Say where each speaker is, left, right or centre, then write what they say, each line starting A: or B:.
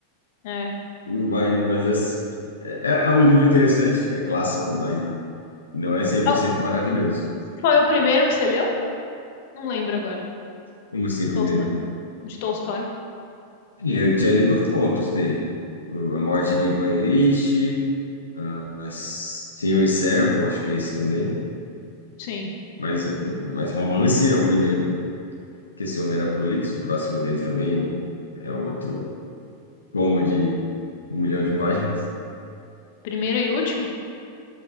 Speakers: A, on the left; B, on the left.
A: É.
B: Mas, mas é, é, é um livro interessante, que é clássico, mas não é cem por
A: Ah,
B: cento maravilhoso.
A: Foi o primeiro que você leu? Não lembro agora.
B: Como assim, primeiro?
A: Tolstói. De Tolstói?
B: E Eu tinha lido contos dele. O- A Morte de Ivan Ilitch, a S- Senhor e Servo, acho que é esse também.
A: Sim.
B: Mas, um- mas Romance é o primeiro, que esse homem era prolixo, o próximo dele também é outro como de um milhão de páginas.
A: Primeiro e último.